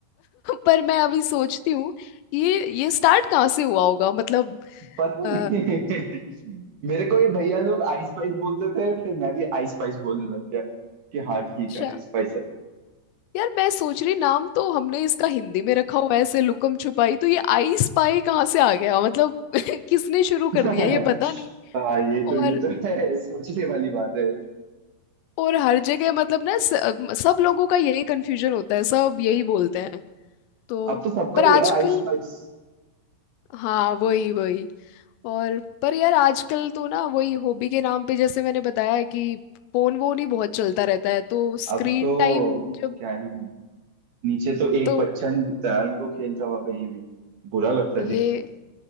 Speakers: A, on the left (about 85°); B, on the right (about 55°).
A: पर मैं अभी सोचती हूँ ये ये स्टार्ट कहाँ से हुआ होगा मतलब
B: पता
A: अ,
B: नहीं मेरे को ये भैया लोग आइस पाइस बोलते थे फिर मैं भी आइस पाइस बोलने लग गया कि हाँ ठीक
A: अच्छा
B: है आइस पाइस
A: यार मैं सोच रही नाम तो हमने इसका हिंदी में रखा हुआ है ऐसे लुकम छुपाई तो ये आई स्पाई कहाँ से आ गया मतलब <laughs> किसने शुरू कर
B: है
A: दिया ये पता
B: <laughs>
A: नहीं
B: हाँ ये तो
A: और
B: ये तो है सोचने वाली बात है
A: और हर जगह मतलब ना स- अम, सब लोगों का यही कंफ्यूजन होता है सब यही बोलते हैं तो
B: अब तो सबका
A: पर
B: ही
A: आजकल
B: है आइस पाइस
A: हाँ वही वही और पर यार आजकल तो ना वही हॉबी के नाम पे जैसे मैंने बताया है कि फोन वोन ही बहुत चलता रहता है तो स्क्रीन
B: अब तो
A: टाइम जब
B: क्या ही नीचे तो एक
A: तो
B: बच्चा नहीं दिखता यार मेरे को खेलता हुआ कहीं भी बुरा लगता है
A: ये
B: देख के